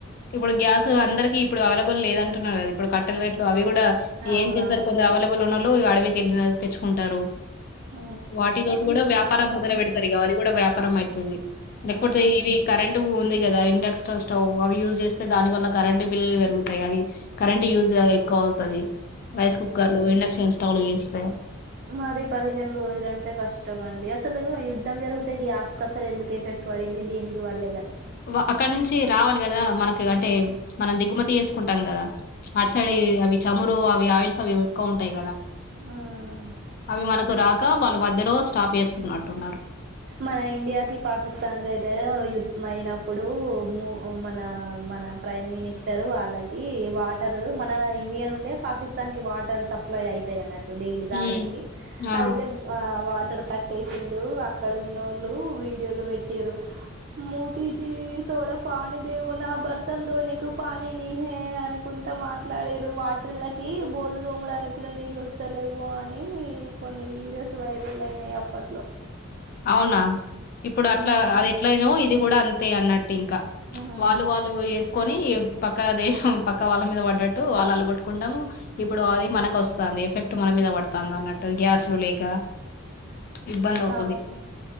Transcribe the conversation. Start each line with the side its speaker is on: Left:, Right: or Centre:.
Left: ఇప్పుడు గ్యాస్ అందరికిీ ఇప్పుడు అవైలబుల్ లేద అంటున్నారు కద ఇప్పు కట్టె రైట్లు అవి కూడా కూడా
Right: అవునవును
Left: ఏం చేశారు కొందరు అవైలబుల్ ఉన్నలో అడవికి వెళ్ళన తెచ్చుకుంటారు
Right: ఉ
Left: వాటి తోటి కూడా వ్యాపారం మొదలు పెడతారు క అది కూడా వ్యాపారం ఐతుది లేకపోతే
Right: అవును
Left: ఇవి కరెంట్ ఉంది కదా ఇండక్షన్ స్టవ్ అవి యూస్ చేస్తే దాని వల్ల కరెంట్ బిల్లు పెరుగుతాయి అవి కరెంట్ యూస్ గా ఎక్కువ అవుతది రైస్ కుక్కర్లు ఇండక్షన్ స్టవ్లు చేస్తే
Right: మరి పదిహేను రోజులంటే కష్టం అండి అసలు యుద్ధం జరిగితే ఈ ఆస్ కసలు ఎందుకు ఎఫ ట్టు వడింది దేనికి వర్లే కదా
Left: వ అక్కడ నుంచి రావాలి కదా మనకు అంటే మనం దిగుమతి చేసుకుంటాం కదా ఆటు సైడ్
Right: ఆ
Left: అవి చమురు అవి ఆయిల్స్ అవి ఎక్కువ ఉంటాయి కదా
Right: ఆ
Left: అవి మనకు రాక వాళ్లు మధ్యలో స్టాప్ చేస్తున్నట్టున్నారు
Right: మన ఇండియాకిి పాకిస్తాన్ కయితే యుద్ధం అయినప్పుడు ము మన మన ప్రైమ్ మినిస్టర్ వాళ్ళకి వాటర్ మన ఇండియా నుండే పాకిస్తాన్ కి వాటర్ సప్లై అయ ఐతయ్ అన్నట్టు డైలీ తాగనికి
Left: హ్మ్. ఆ
Right: అయితే వ వాటర్ కట్టేసిండు అ అక్కడ ఉన్నోళ్ళు వీడియోలు పెట్టిరు మోదీ జీ తోడ పాని దేవునా బర్తన్ ధోనే కు పానీ నీహె అనుకుంటా ఇంత మాట్లాడరు వాటర్లకి బోలు దోమడానికి కూడా నీళ్ళు వస్తలేవు అని కొన్ని వీడియోస్ వైరల్ అయినయి అప్పట్లో
Left: అవునా ఇప్పుడు అట్లా
Right: ఉమ్
Left: అది ఎట్లా నో ఇది కూడా అంతే అన్నట్టు ఇంకా
Right: హ్మ్
Left: వాళ్ళు వాళ్ళు చెస్ కొని పక్క దేశం పక్క వాళ్ళ మీద పడ్డట్టు వాళ్ళు అలగొట్టుకుంటాం ఇప్పుడు అది మనకు వస్తంది ఎఫెక్ట్ మన మీద పడుతంది అన్నట్టు గ్యాస్ లేక ఇబ్బంది అవు
Right: అవును